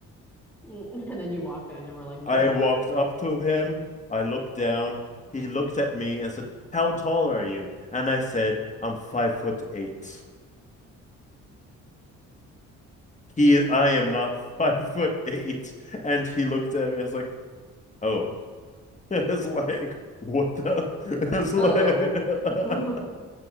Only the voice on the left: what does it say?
I
walked up to him. I looked down. He looked at me and said, "How tall are you?" And I said, "I'm five foot eight. He I am not <laughs> five foot eight. And he looked at me. I was like, "Oh." <laughs> It's like, what the? <laughs> It's like.
<laughs>